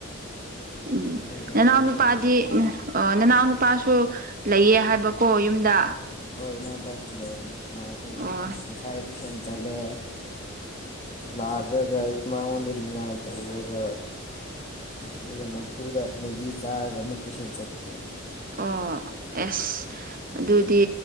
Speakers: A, on the right; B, on the left.
A: ꯎꯝ
B: ꯍꯣꯏ ꯂꯥꯏꯔꯤꯛ
A: ꯅꯅꯥꯎ
B: ꯈꯔ
A: ꯅꯨꯄꯥꯗꯤ
B: ꯋꯥꯡꯉꯦ
A: ꯑ ꯑ ꯅꯅꯥꯎ ꯅꯨꯄꯥꯁꯨ ꯂꯩꯌꯦ ꯍꯥꯏꯕꯀꯣ ꯌꯨꯝꯗ
B: ꯍꯣꯏ ꯏꯅꯥꯎꯄꯥꯁꯨ ꯂꯩ ꯃꯥꯁꯨ
A: ꯑꯣ
B: ꯉꯁꯥꯏ ꯇꯨꯏꯁꯟ ꯆꯠꯂꯦ ꯂꯥꯛꯈ꯭ꯔꯒ ꯑꯩ ꯃꯉꯣꯟꯗ ꯅꯤꯡꯉꯥꯏ ꯇꯧꯔꯒ ꯑꯗꯨꯒ ꯅꯝꯐꯨꯗ ꯃꯦꯒꯤ ꯆꯥꯔꯒ ꯑꯃꯨꯛ ꯇꯨꯏꯁꯟ ꯆꯠꯈ꯭ꯔꯦ
A: ꯑꯣ ꯑꯦꯁ ꯑꯗꯨꯗꯤ